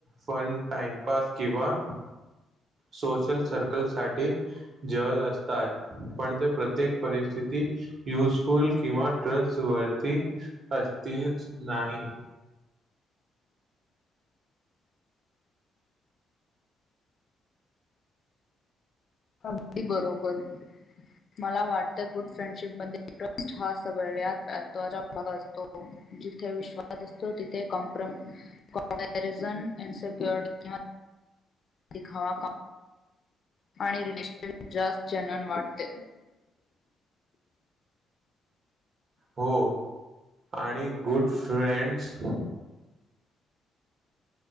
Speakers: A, on the right (about 50°); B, on the left (about 45°).
A: फण, टाइमपास किंवा सोशल सर्कल साठी जवल असतात, पण ते प्रत्येक परिस्थिती युजफुल किंवा ट्रस्ट वरती असतीलच नाही.
B: अगदी बरोबर. मला वाटतं, गुड फ्रेंडशिप मधे ट्रस्ट हा सगळ्यात <unintelligible> मग असतो. जिथे विश्वास असतो तिथे कॉमप्र कॉमपॅरिजन अँड सेक्युर किंवा दीखावा आणि रिलेशन जास्त जेन्यून वाटते.
A: हो आणि गुड फ्रेंड्स